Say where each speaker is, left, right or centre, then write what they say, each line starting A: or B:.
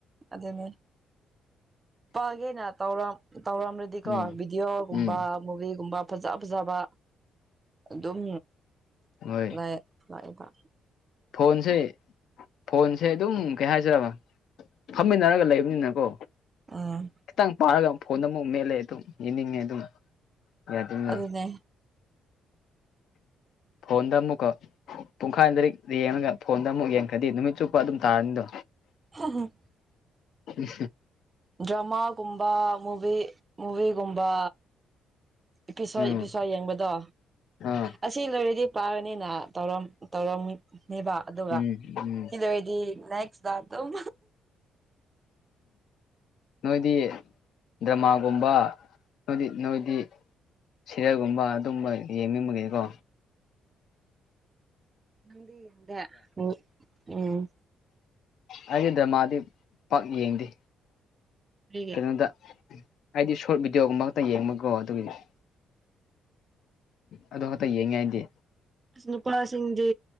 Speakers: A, on the right; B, on the left.
A: ꯑꯗꯨꯅꯦ ꯄꯒꯦꯅ ꯇꯧꯔꯝ ꯇꯧꯔꯝꯔꯗꯤꯀꯣ
B: ꯎꯝ
A: ꯚꯤꯗꯤꯑꯣꯒꯨꯝꯕ
B: ꯎꯝ
A: ꯃꯨꯚꯤꯒꯨꯝꯕ ꯐꯖ ꯐꯖꯕ ꯑꯗꯨꯝ
B: ꯍꯣꯏ
A: ꯂꯥꯏ ꯂꯛ ꯏꯕꯥ
B: ꯐꯣꯟꯁꯦ ꯐꯣꯟꯁꯦ ꯑꯗꯨꯝ ꯀꯩ ꯍꯥꯏꯖꯔꯕ ꯐꯝꯃꯤꯟꯅꯔꯒ ꯂꯩꯕꯅꯤꯅꯀꯣ
A: ꯎꯝ
B: ꯈꯤꯇꯪ ꯄꯥꯔꯒ ꯑꯃꯨꯛ ꯐꯣꯟꯗ ꯑꯃꯨꯛ ꯃꯦꯠꯂꯦ ꯑꯗꯨꯝ ꯌꯦꯡꯅꯤꯡꯉꯦ ꯑꯗꯨꯅ ꯌꯥꯗ <unintelligible>
A: ꯑꯗꯨꯅꯦ
B: ꯐꯣꯟꯗ ꯑꯃꯨꯛꯀ ꯄꯨꯡꯈꯥꯏ ꯂꯥꯏꯔꯤꯛ ꯌꯦꯡꯉꯒ ꯐꯣꯟꯗ ꯑꯃꯨꯛ ꯌꯦꯡꯈꯗꯤ ꯅꯨꯃꯤꯠ ꯆꯨꯞꯄ ꯑꯗꯨꯝ ꯇꯥꯔꯅꯤꯗꯣ
A: <unintelligible>
B: ꯑ
A: ꯗ꯭ꯔꯃꯥꯒꯨꯝꯕ ꯃꯨꯚ ꯃꯨꯕꯤꯒꯨꯝꯕ ꯏꯄꯤꯁꯣꯠ
B: ꯎꯝ
A: ꯏꯄꯤꯁꯣꯠ ꯌꯦꯡꯕꯗꯣ
B: ꯑꯥ
A: ꯑꯁꯤ ꯂꯩꯣꯏꯔꯗꯤ ꯄꯥꯔꯥꯅꯤꯅ ꯇꯧꯔꯝꯅꯦꯕ ꯑꯗꯨꯒ
B: ꯎꯝ
A: ꯁꯤ ꯂꯣꯏꯔꯥꯗꯤ ꯅꯦꯛꯁꯇ ꯑꯗꯨꯝ
B: ꯅꯣꯏꯗꯤ ꯗ꯭ꯔꯃꯥꯒꯨꯝꯕ ꯅꯣꯏꯗꯤ ꯅꯣꯏꯗꯤ ꯁꯤꯔꯦꯜꯒꯨꯝꯕ ꯑꯗꯨꯝꯕ ꯌꯦꯡꯅꯤꯡꯕꯒꯤꯅꯤꯀꯣ
A: ꯗꯤꯗ ꯎ ꯎꯝ
B: ꯑꯩꯒꯤ ꯗ꯭ꯔꯃꯥꯗꯤ ꯄꯥꯛ ꯌꯦꯡꯗꯦ
A: ꯀꯔꯤꯒꯤ
B: ꯀꯩꯅꯣꯗ ꯑꯩꯗꯤ ꯁꯣꯔꯠ ꯚꯤꯗꯤꯑꯣꯒꯨꯝꯕ ꯈꯛ ꯌꯦꯡꯕꯒꯣ ꯑꯗꯨꯒꯤꯗꯤ ꯑꯗꯨ ꯈꯛꯇ ꯌꯦꯡꯉ ꯑꯩꯗꯤ
A: ꯅꯨꯄꯥꯥꯁꯤꯡꯗ